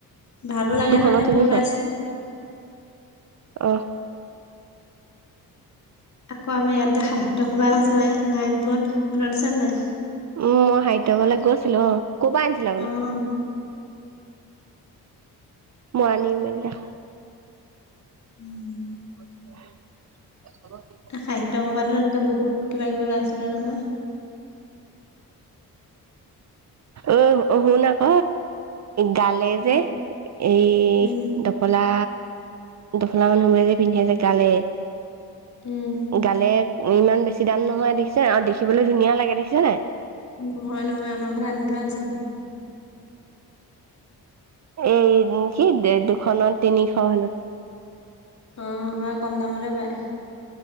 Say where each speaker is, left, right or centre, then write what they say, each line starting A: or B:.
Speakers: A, on the left; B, on the right.
A: ভালো লাগে
B: দুশ
A: ন সেইবোৰ
B: তিনিশ
A: ওলাইছে।
B: অ
A: আকৌ আমাৰ ইয়াত সাহিত্য সভা আছিলে নাৰায়ণপুৰত। মনত আছে নাই?
B: উম মই সাহিত্য সভালৈ গৈছিলো অ। ক'ৰ পৰা আনিছিলে আপুনি
A: উম
B: মই আনিমে যা।
A: <unintelligible>
B: <unintelligible>
A: সাহিত্য সভাতো তেনেকে বহুত কিবা কিবি উলাইছিলে নহয়।
B: অ অ শুন আক। গালে
A: ক-
B: যে এই
A: উম,
B: ডফলা ডফলা মানুহবোৰে যে পিন্ধে যে গালে।
A: উম
B: গালে ইমান বেছি দাম নহয় দেখিছে আৰু দেখিবলৈ ধুনীয়া লাগে দেখিছেনে।
A: নহয় নহয় আমাৰ ঘৰত আনি থোৱা আছে এখন
B: এই কি দুশ ন তিনিশ হ'লে
A: অ হয় কম দামতে পায়।